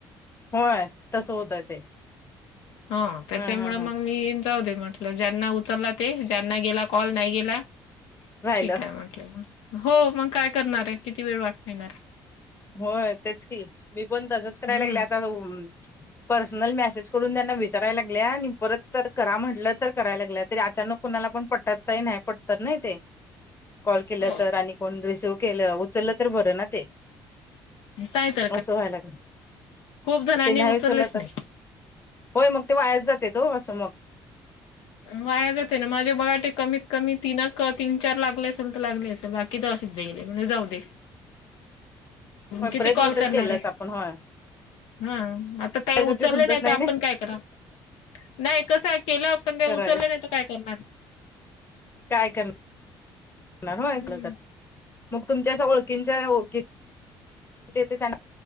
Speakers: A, on the left; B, on the left.
A: होय तस होतं ते
B: हो त्याच्यामुळं
A: हा हा हा
B: मग मी जाऊ दे म्हटलं ज्यांना उचलला ते ज्यांना गेला कॉल नाही गेला
A: राहिलं
B: ठीक आहे म्हंटले मग हो मंग काय करणारे आहे किती वेळ वाट पाहायणार
A: होय तेच की मी पण तसंच करायला
B: हम्म
A: लागले आता <unintelligible> पर्सनल मेसेज करून त्यांना विचारायला लागल्या आणि परत तर करा म्हटलं तर करायला लागलं तरी अचानक कुणाला पण पटतय नाही पटत नाही ते कॉल केलं
B: हो
A: तर आणि कोण रिसिव्ह केलं उचललं तर बरं ना ते
B: ायय <unintelligible>
A: असं व्हाया लागल
B: जणांनी
A: ते नाही
B: उचललेच
A: उचलला तर
B: नाही.
A: होय मग ते वायाच जातेेत हो असं मग
B: वाया जाते ना माझे बघा ते कमी कमी तीनक तीन चार लागले असेल तर लागले असेल बाकी तर असेच जाईलये, म्हणजे जाऊ दे
A: होय,
B: किती
A: प्रयत्न
B: कॉल
A: तर
B: करणार
A: केलाच
B: आहे
A: आपण होय
B: हा, आता ताई
A: त्याच
B: उचललं
A: ते समजत
B: नाही तर आपण
A: ना
B: काय कराल? नाही, कसये केलं आपण ते
A: खरंय
B: उचलले नाही तर काय करणार
A: काय करणार होय
B: हम्म
A: त्यात मग तुमच्या असा ओळखींच्या ओळखी जे ते त्यांना